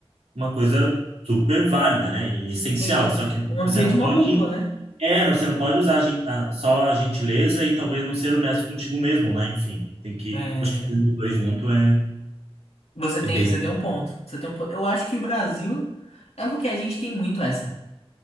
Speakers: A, on the right (about 80°); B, on the left (about 70°).
A: uma coisa super válida, né? E essencial.
B: Tem
A: Só que
B: uma
A: você
B: via
A: não
B: de mão
A: pode.
B: dupla, né?
A: É, não, você não pode usar a gen- a- só a gentileza e talvez não ser honesto contigo mesmo, né? Enfim, tem que.
B: É,
A: Acho que tendo os dois junto é,
B: você tem,
A: é bem.
B: você tem um ponto. Você tem um ponto. Eu acho que o Brasil é porque a gente tem muito essa